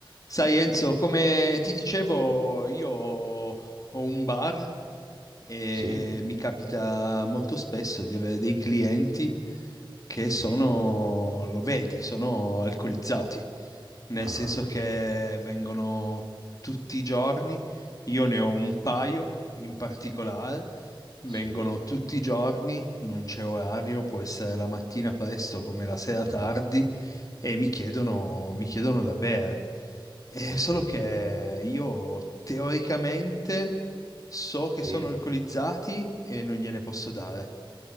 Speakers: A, on the left; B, on the right.
A: Sai Enzo, come ti dicevo, io ho un bar e
B: Sì,
A: mi capita molto spesso di avere dei clienti che
B: sì,
A: sono, lo vedi, sono alcolizzati nel
B: ah,
A: senso che vengono tutti i giorni, io ne ho un paio in particolare, vengono
B: sì,
A: tutti i giorni, non c'è orario, può essere la mattina presto come la sera
B: ah,
A: tardi, e mi chiedono, mi chiedono da bere. È
B: ok,
A: solo che io teoricamente so
B: sì,
A: che sono alcolizzati e non gliene posso dare.